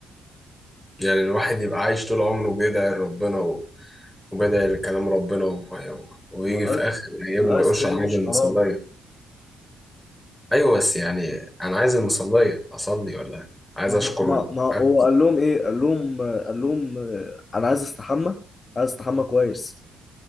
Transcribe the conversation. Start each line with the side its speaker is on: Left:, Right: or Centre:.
Centre: يعني الواحد يبقى عايش طول عمره بيدعي لربنا و- وبيدعي لكلام ربنا و... ويجي
Left: ما الآ-
Centre: في اخر ايامه
Left: الايس
Centre: ما يقولش
Left: كريم
Centre: انا عايز
Left: مش
Centre: المصلية
Left: حرام
Centre: ايوه بس يعني انا عايز المصلية اصلي ولا عايز
Left: ما
Centre: اشكر
Left: هو ما, ما هو
Centre: عايز...
Left: قال لهم ايه قال لهم آه، قال لهم آه، انا عايز استحمى عايز استحمى كويس